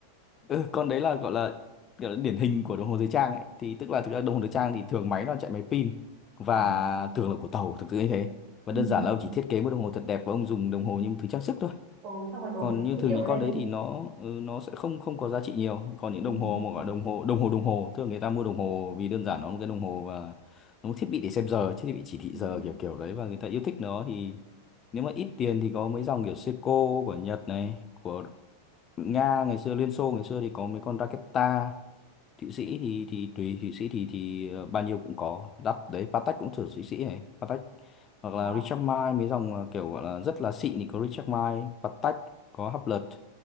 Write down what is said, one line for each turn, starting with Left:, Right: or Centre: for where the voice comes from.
Left: ừ, con đấy là gọi là gọi là điển hình của đồng hồ thời trang ấy thì tức là thực ra đồng hồ thời trang thì thường máy nó chạy máy pin và
Right: à
Left: thường là của tàu thực sự như thế và
Right: ừ.
Left: đơn
Right: ừ.
Left: giản là ông chỉ thiết kế một đồng hồ thật đẹp và ông dùng đồng hồ như một thứ trang sức thôi
Right: ừ, xong rồi đổi
Left: còn
Right: cái
Left: như
Right: thương
Left: thường
Right: hiệu
Left: những
Right: lên
Left: con đấy thì nó ừ, nó sẽ không không có giá trị nhiều còn những
Right: ừ.
Left: đồng hồ mà gọi là đồng hồ đồng hồ đồng hồ thường người ta mua đồng hồ vì đơn giản nó là một cái đồng hồ và nó một thiết bị để xem giờ thiết bị chỉ thị
Right: ừ,
Left: giờ
Right: ừ.
Left: kiểu kiểu đấy và người ta yêu thích nó thì nếu mà ít tiền thì có mấy dòng kiểu Seiko của Nhật này của Nga ngày xưa Liên Xô ngày xưa thì có mấy con Raketa Thụy Sĩ thì thì tùy Thụy Sĩ thì thì ờ, bao nhiêu cũng có đắt đấy Patek cũng thử Thụy Sĩ này Patek hoặc
Right: Đó.
Left: là Richard Mille mấy dòng ờ, kiểu gọi là rất là xịn thì có Richard Mille Patek có Hublot